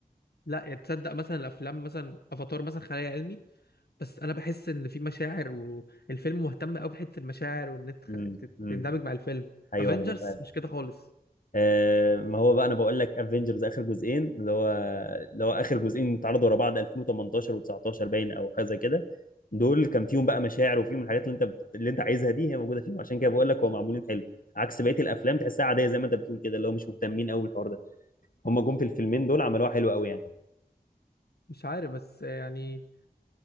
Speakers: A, on the left (about 75°); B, on the left (about 60°).
A: لا يعني تصدق مثلا الافلام مثلا افاتار مثلا خيال علمي بس انا بحس ان في مشاعر والفيلم مهتم قوي بحته المشاعر وان انت تخ-
B: امم
A: تت-
B: امم
A: تندمج مع الفيلم
B: ايوه
A: افنجرز
B: ايوه فعلا
A: مش كده خالص
B: آه ما هو بقى انا بقول لك افنجرز اخر جزئين اللي هو اللي هو اخر جزئين اتعرضوا ورا بعض 2018 و19 باين او حاجه زي كده دول كان فيهم بقى مشاعر وفيهم الحاجات اللي انت بت- اللي انت عايزها دي هي موجوده فيهم عشان كده بقول لك هو معمولين حلو عكس بقيه الافلام تحسها عاديه زي ما انت بتقول كده اللي هو مش مهتمين قوي بالحوار ده هم جم في الفيلمين دول عملوها حلو قوي يعني
A: مش عارف بس يعني